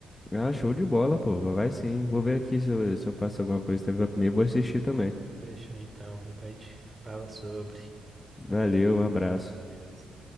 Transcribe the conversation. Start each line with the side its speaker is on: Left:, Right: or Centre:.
Left: Ah, show de bola, pô. Vai sim. Vou ver aqui se eu, se eu faço alguma coisa também pra comer. Vou assistir também.
Right: Fechou então. Depois a gente fala sobre.
Left: Valeu,
Right: Pelo amor
Left: um abraço.
Right: de Deus.